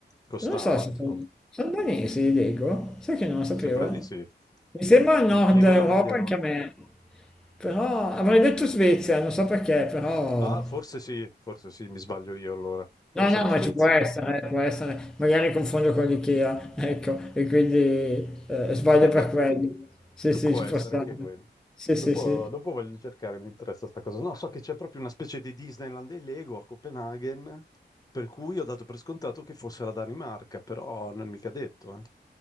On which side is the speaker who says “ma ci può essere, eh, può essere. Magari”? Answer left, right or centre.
Centre